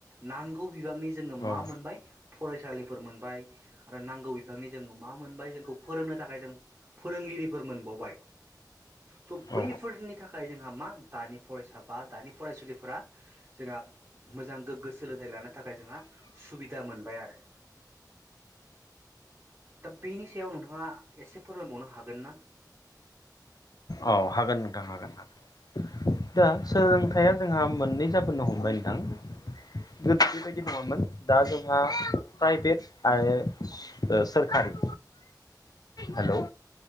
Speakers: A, on the right; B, on the left.
A: नांगौ बिबांनि जोङो
B: औ
A: मा मोनबाय? फरायसालिफोर मोनबाय आरो नांगौ बिबांनि जों मा मोनबाय जोंखौ फोरोंनो थाखाय जों फोरोंगिरिफोर मोनबावबाय। स'
B: औ
A: बैफोरनि थाखाय जोंहा मा दानि फरायसा बा दानि फरायसुलिफोरा जोंहा मोजां गोग्गो सोलोंथाइ लानो थाखाय जोंहा सुबिदा मोनबाय आरो। दा बेनि सायाव नोंथाङा एसे फोरमायबावनो हागोन ना?
B: औ हागोन नोंथां हागोन ओं। दा सोलोंथाइया जोंहा मोननै जाबोनो हमबाय नोंथां गोदो बेबायदि नङामोन दा जोंहा प्राइभेट आरो सोरखारि हेलौ।